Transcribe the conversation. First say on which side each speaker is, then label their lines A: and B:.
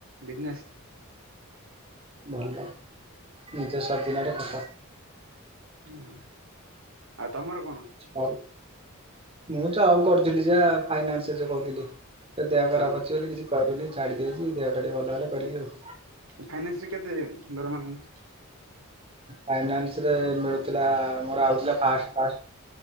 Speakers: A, on the right; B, on the right.
A: ବିଜନେସ୍।
B: ଭଲ ନିଜ ସ୍ୱାଦିନରେ ଖଟ।
A: ହୁଁ ଆଉ ତମର କଣ?
B: ହଉ ମୁଁ ଜବ କରୁଥିଲି ଯା ଫାଇନାନ୍ସ ରେ ଯଉ କହୁଥିଲି। ଦେହ ଖରାପ
A: ହଁ
B: ଅଛି ବୋଲି କିଛି କରୁନି, ଛାଡି ଦେଇଛି। ଦେହଟା ଟିକେ ଭଲ ହେଲେ କରିବି ଆଉ।
A: ଫାଇନାନ୍ସରେ କେତେ ଦରମା ଅଛି।
B: ଫାଇନାନ୍ସ ରେ ମିଳୁଥିଲା ମୋର ଆଉଥିଲା ଫାଷ୍ଟ୍ ଫାଷ୍ଟ୍